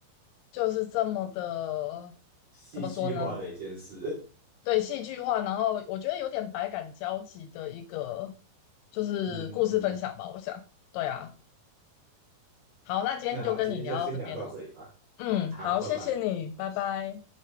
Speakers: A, on the left; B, on the right.
A: 就是这么的，
B: 戏剧化的一件事。
A: 怎么说呢？对，戏剧化，然后我觉得有点百感交集的一个，就是故事分享吧，
B: <laughs> 嗯嗯，
A: 我想。对啊，好，那今天就跟你聊到这边哦。
B: 那好，今天就先聊到这里吧。
A: 嗯，
B: 好，
A: 好，
B: 拜拜。
A: 谢谢你，拜拜。